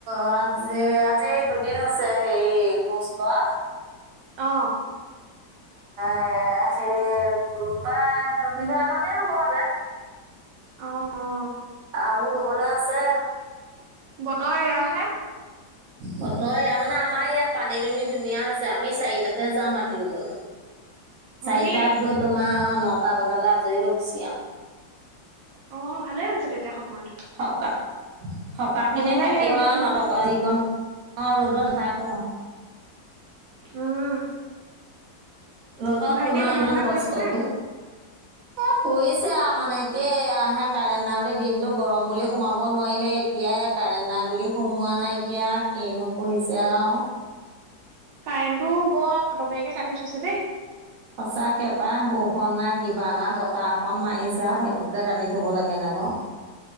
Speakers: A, on the right; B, on the right.
A: আজি আজি দুদিন হৈছে হেৰি গোছ লোৱা
B: অহ,
A: এ সেই প্ৰায় দুবিঘা মানেই হ'ব আতে
B: অ', অ',
A: আহুল বলা আছে
B: বতৰ এয়াহে
A: কত মানে আমাৰ ইয়াত পানী দুনি ধুনীয়া হৈছে আমি চাৰিটাতে যাওঁ মাটি ৰুবলৈ
B: হয়নি
A: চাৰিটাত গৈ তোমাৰ অ নটা বজালৈ আজৰি হৈ গুচি আহো
B: অ ভালে হৈছে তেতিয়া সময়ত
A: থকা থকা খিনি
B: নহলে
A: থাকিব
B: সেই ৰূপখনত
A: আৰু নথকা অ ৰ'দত থাকো
B: উম
A: ৰ'দত
B: ভাইটিয়ে
A: তোমাৰ
B: পঢ়া
A: ইমান
B: শুনা
A: কষ্টকে
B: কৰিছে নে
A: এ কৰিছে মানে এতিয়া আহে কাৰেণ্ট নাই ব দিনতটো গৰম বুলি সোমাব নোৱাৰিলে এতিয়া কাৰেণ্ট নাই বুলি সোমোৱা নাইকিয়া কিনো পঢ়িছে আৰু
B: কাৰেণ্টটো বৰ দৰকাৰীকে কাটি থৈছে দেই
A: সঁচাকে পাই বৰষুণ নাই কিবা নাই বতাহ অকণ মাৰিছে আৰু সেইটোতে কাটি থব লাগে ন বাৰু